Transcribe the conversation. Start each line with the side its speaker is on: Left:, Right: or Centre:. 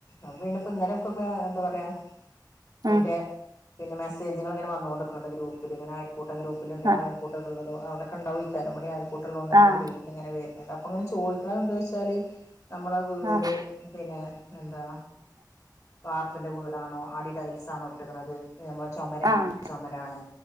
Left: അപ്പ പിന്നപ്പോ ഇന്നലെ ഒക്കെ എന്താ പർയാ അയ്ന്റെ
Right: ഉം
Left: പിന്നെ മെസ്സേജുകൾ ഇങ്ങനെ വന്നോണ്ടിക്ക്ണ്ട് ഗ്രൂപ്പ്ലിങ്ങനെ കൂട്ടം ഗ്രൂപ്പിലുണ്ട് ഞങ്ങളെ
Right: ആഹ്
Left: അയൽക്കൂട്ടൾ ഉള്ള അവ്ടൊക്കെ ഉണ്ടകോക്കാരം ഇവടിം അൽക്കൂട്ടള്ളോണ്ട് അയ്ന്റെ
Right: ആഹ്
Left: ഗ്രൂ് ഇങ്ങനെ വെർഞ്ഞിട്ട് അപ്പൊ ഇങ്ങനെ ചോദിക്ക്ണ എന്താ വെച്ചാല് നമ്മളെ വീട്
Right: ആഹ്
Left: പിന്നെ എന്താ വാർപ്പിൻ്റെ വീടാണോ അടി ടൈൽസാണോ ഇട്ട്ക്ക്ണത് നമ്മളെ ചൊമരങ്ങൻത്തെ
Right: ആഹ്
Left: ചൊമരാണ്